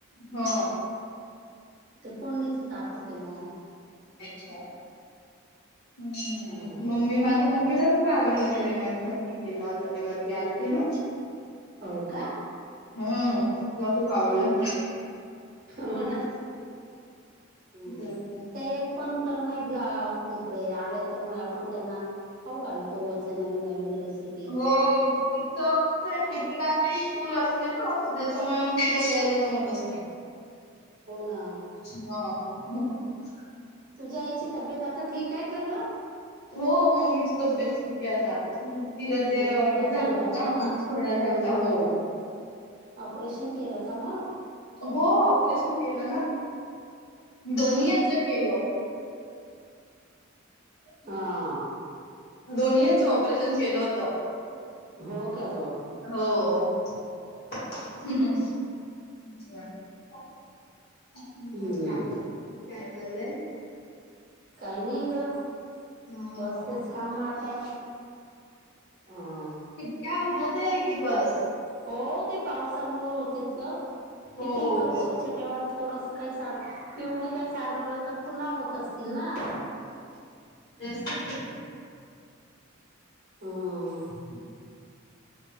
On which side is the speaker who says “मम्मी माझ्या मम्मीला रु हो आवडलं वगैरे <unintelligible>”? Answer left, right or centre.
Left